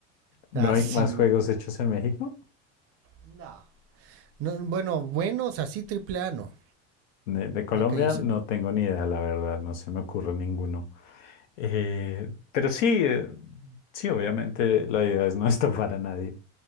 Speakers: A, on the left; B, on the right.
A: ¿No
B: así,
A: hay más juegos
B: güey.
A: hechos en México?
B: No. no. Bueno, buenos, así triple A, no.
A: De, de Colombia
B: No que yo sepa.
A: no tengo ni idea, la verdad, no se me ocurre ninguno. Eh, pero sí, eh, sí, obviamente la idea es no <laughs> estafar a nadie.